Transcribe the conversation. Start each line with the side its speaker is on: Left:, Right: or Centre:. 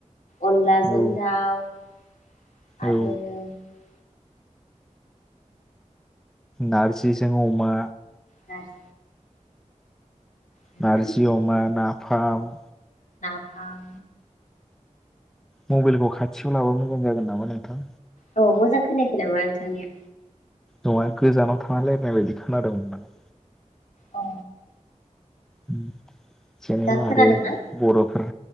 Left: अनलाजों
Centre: औ
Left: दाउ आरो
Centre: औ नारजिजोंं अमा
Left: नारजि माने
Centre: नारजि अमा नाफाम
Left: फाम
Centre: मबाइलखौ खाथियाव लाबा मोजां जागोन नामा नोंथां।
Left: औ मोजां खोनायाखै नामा नोंथांनिया
Centre: नङा गोजानाव थाना रायलायनाय बायदि खोनादोंमोनां
Left: अ
Centre: उम जेनेबा
Left: दा खोनादोंना?
Centre: आरो बर'फोरा